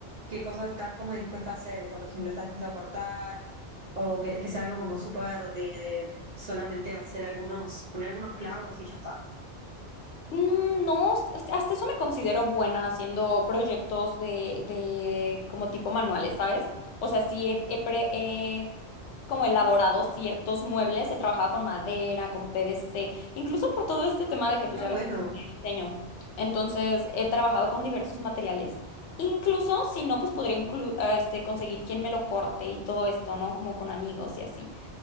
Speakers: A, on the right; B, on the left.
A: qué cosas estás como dispuesta a hacer, o sea, por ejemplo, ¿estás dispuesta a cortar? ¿O querés que sea algo como súper de, de solamente hacer algunos, poner algunos clavos y ya está?
B: Mm, No, hasta hasta eso me considero buena haciendo proyectos de, de como tipo manuales, ¿sabes? O sea, sí he, he pre- he como elaborado ciertos muebles, he trabajado con madera, con PVC, incluso por todo este tema de que pues
A: Ah,
B: ya
A: bueno.
B: ves que diseño. Entonces, he trabajado con diversos materiales. Incluso si no, pues podría inclu- ah, este, conseguir quien me lo corte y todo esto, ¿no? Como con amigos y así.